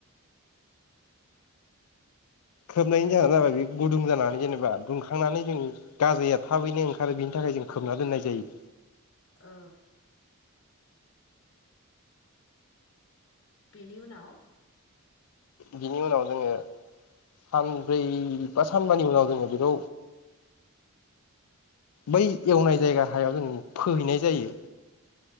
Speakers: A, on the left (about 85°); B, on the left (about 55°).
A: खोबनायनि जाहोना जाबाय बे गुदुं जानानै जेनेबा दुंखांनानै जों गाजाया थाबैनो ओंखारो बिनि थाखाय जों खोबना दोननाय जायो।
B: ओ। बेनि उनाव
A: बिनि उनाव जोंङो सानब्रै बा सानबानि उनाव जोंङो बेखौ बै एवनाय जायगा हायाव जों फोहैनाय जायो।